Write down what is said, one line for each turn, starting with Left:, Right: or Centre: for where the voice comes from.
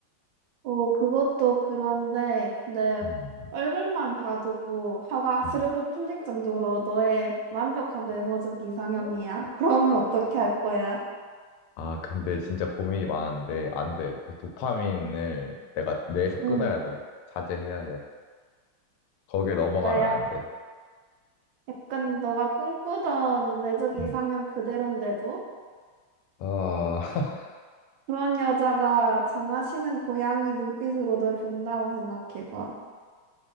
Right: 어, 그것도 그런데, 근데
Left: 음,
Right: 얼굴만 봐도 화가 스르르
Left: 음.
Right: 풀릴 정도로 너의 완벽한 외모적 이상형이야.
Left: 음.
Right: <laughs> 그러면 어떻게 할 거야?
Left: 아, 근데 진짜 고민이 많은데 안 돼. 그 도파민을 내가 뇌에서
Right: 응.
Left: 끊어야 돼. 자제해야 돼. 거기에 넘어가면
Right: 아, 약,
Left: 안 돼.
Right: 약간 너가 꿈꾸던 외적 이상형
Left: 음.
Right: 그대로인데도
Left: 아, <laughs>
Right: 그런 여자가 장하시는 고양이 눈빛으로 널 본다고 생각해봐.